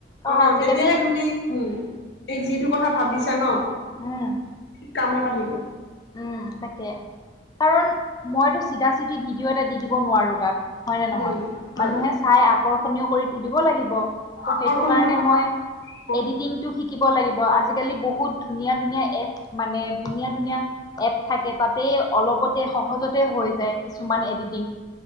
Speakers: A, on the left; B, on the left.
A: কাৰণ
B: অ
A: আজিকালি
B: তেতিয়াহে তুমি উম এই যিটো কথা ভাবিছা ন
A: উম
B: কামত আহিব
A: উম তাকে কাৰণ মইতো চিধা চিধি ভিডিঅ' এটা দি দিব নোৱাৰো তাত হয় নে নহয়
B: উম হয়
A: মানুহে চাই আকৰ্ষণীয় কৰি তুলি তুলিব লাগিব ত
B: আকৰ্ষণ
A: সেইটো কাৰণে
B: হব আকৰ্ষণ
A: মই
B: হব
A: এডিতিংক টো শিকিব লাগিব আজিকালি বহুত ধুনীয়া ধুনীয়া এপ মানে ধুনীয়া ধুনীয়া এপ থাকে তাতেই অলপতে সহজতে হৈ যায় কিছুমান এডিটিং